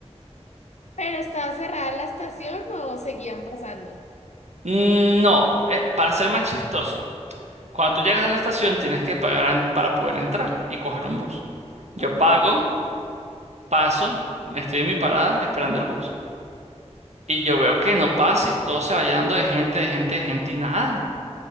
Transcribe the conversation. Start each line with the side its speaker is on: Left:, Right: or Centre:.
Left: ¿Pero estaba cerrada la estación o seguían pasando?
Right: Mm, No, eh, para ser más chistoso, cuando tú llegas a la estación tienes que pagar an- para poder entrar y coger un bus. Yo
Left: Ajá,
Right: pago, paso, me estoy en mi parada esperando el bus. Y yo veo que no pasa y todo se va llenando de gente, de gente, de gente y nada.